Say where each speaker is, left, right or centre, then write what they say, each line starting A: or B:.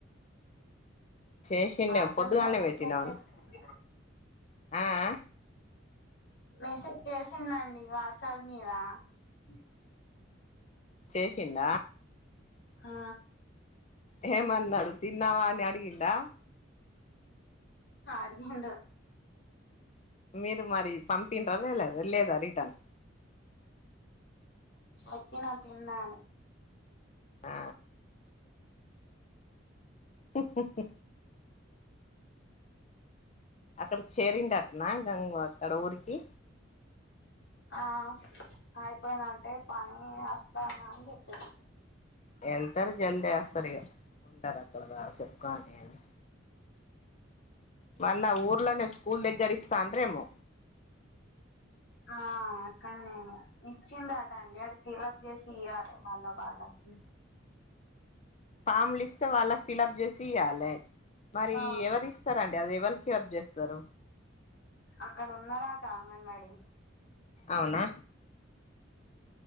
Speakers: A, on the left (about 35°); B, on the left (about 60°).
A: చేసిండే
B: అసలు
A: పొద్దుగానే
B: <unintelligible>
A: పెట్టినాను ఆ ఆ
B: మెసేజ్ చేసిందండి వాట్సాప్ మీద అ
A: చేసిండ
B: ఆ
A: కేమన్నాడు తిన్నావా అని అడిగిండా
B: అడిగిండు
A: మీరు మరి పంపిడ్ర లే లేదా రిటర్న్
B: చెప్పిన తిన్నాను
A: ఆ క్క్క్ అక్కడికి చేరిందట్నా గంగ అక్కడ ఊరికి
B: ఆ అయిపోయినంటే పని అస్తాన అని చెప్పరు
A: వెళ్తారు జల్దీ వేస్తారు ఇగ ఉంటారు అక్కడ బాగా చెప్కోని అని మళ్ళా ఊర్లోనేే స్కూల్ దగ్గర ఇస్తండ్రెమో
B: ఆ అక్కన్నే ఇచ్చిందాట అండి అది పిలప్ చేసి ఇయ్వాలి మళ్ళ వాళ్ళకి
A: ఫామ్లు ఇస్తే వాళ్ళకు ఫిలప్ చేసి ఇయ్యలే మరి
B: ఆ
A: ఎవరిస్ స్తరండి అది ఎవల్ ఫిలప్ చేస్తారు
B: అక్కడ ఉన్నారట అంగన్వాడి
A: అవునా